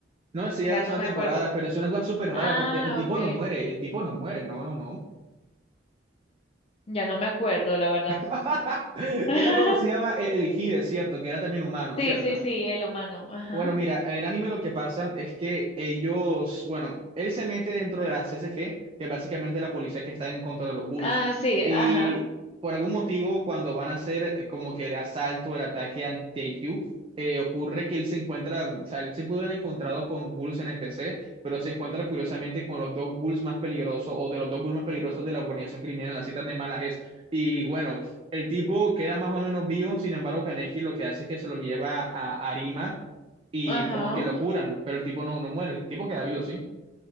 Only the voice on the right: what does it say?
No, esa
ya es la
segunda
temporada, pero es una cosa súper rara
porque el tipo
no muere, el tipo no muere, no, no, no.
<laughs>
Era como se llama el, el Hide, ¿cierto? Que era también humano,
¿cierto?
Bueno, mira, en el anime lo que pasa es que ellos, bueno, él se mete dentro de la CSG, que es básicamente la policía que está en contra de los ghouls.
Y
por algún motivo, cuando van a hacer eh, como que el asalto, el ataque a Taekyu, eh, ocurre que él se encuentra, o sea, él se pudo haber encontrado con ghouls NPC, pero se encuentra curiosamente con los dos ghouls más peligrosos, o de los dos ghouls más peligrosos de la organización criminal, la citan de malas es. Y bueno, el tipo queda más o menos vivo, sin embargo, Kaneki lo que hace es que se lo lleva a Arima y
como que lo curan, pero el tipo no, no muere, el tipo queda vivo, ¿sí?